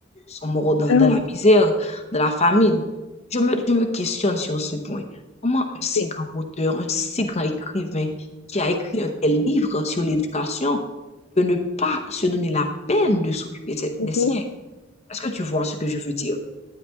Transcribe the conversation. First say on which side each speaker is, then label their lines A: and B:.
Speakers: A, on the left; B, on the left.
A: sont morts dans,
B: Ah,
A: dans la misère, dans la famine. Je me, je me questionne sur ce point. Comment un si
B: ok.
A: grand auteur, un si grand écrivain qui a écrit un tel livre sur l'éducation peut ne pas se donner la peine de s'occuper de ses-
B: Mhm.
A: des siens? Est-ce que tu vois ce que je veux dire?